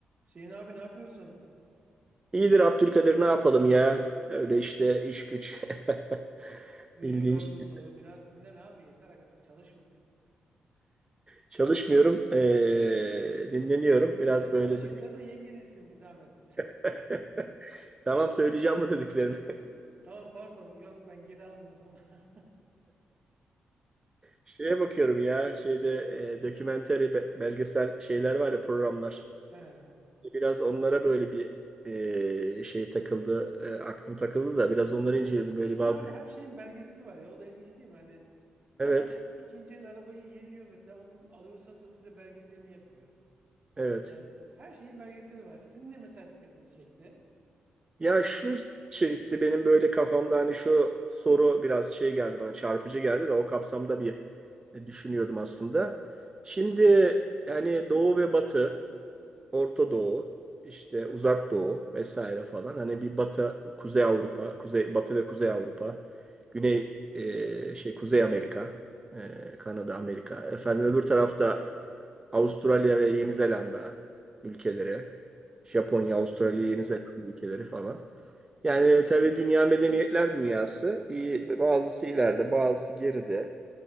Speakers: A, on the right; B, on the right.
A: Hüseyin abi ne yapıyorsun?
B: İyidir Abdülkadir ne yapalım ya? Öyle işte iş güç. <laughs>
A: Günün
B: Bildiğin
A: yorgunluğu.
B: şey.
A: Biraz dinlen abi. Yeter artık çalışma.
B: çalışmıyorum. eee, dinleniyorum. Biraz
A: Yani
B: böyle
A: bulaşıkları
B: de-
A: da yenge dizsin bir zahmet.
B: <laughs> Tamam söyleyeceğim bu dediklerini. <laughs>
A: <laughs> Tamam pardon. Yok ben geri aldım lafımı. <laughs>
B: Şeye bakıyorum ya şeyde eee dokümenteri be- belgesel şeyler var ya programlar.
A: He.
B: Biraz onlara böyle bir eee, şey takıldı. eee, aklım takıldı da biraz onları inceledim.
A: Şimdi
B: Böyle bazı
A: abi her şeyin belgeseli var ya. O da ilginç değil mi? Hani
B: Evet.
A: adam ikinci el arabayı yeniliyor mesela. Onu alıyor satıyor. Onun bile belgeselini yapıyor.
B: Evet.
A: Yani her şeyin belgeseli var. Sizin ne mesela dikkatinizi çekti?
B: Ya şu çekti benim böyle kafamda hani şu soru biraz şey geldi bana çarpıcı geldi de o kapsamda bir e, düşünüyordum aslında. Şimdi yani Doğu ve Batı, Orta Doğu, işte Uzak Doğu vesaire falan hani bir Batı, Kuzey Avrupa, Kuzey Batı ve Kuzey Avrupa, Güney e, şey Kuzey Amerika, e, Kanada, Amerika. Efendim öbür tarafta Avustralya ve Yeni Zelanda ülkeleri, Japonya, Avrasya,
A: Evet.
B: Yeni Zelanda ülkeleri falan. Yani tabii dünya medeniyetler dünyası. İyi, bazısı ileride, bazısı geride.